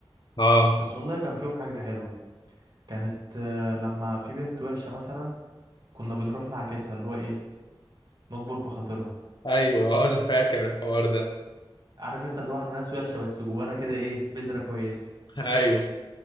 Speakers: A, on the left; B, on the right.
A: اه
B: بس والله كان فيهم حاجه حلوه كانت آه، لما في بنت وحشه مثلا كنا بنروح نعاكسها اللي هو ايه نكبر بخاطرها
A: ايوه آه، انا فاكر الحوار ده
B: عارف انت اللي هو احنا ناس وحشه بس جوانا كده ايه بذره كويسه
A: <laughs> ايوه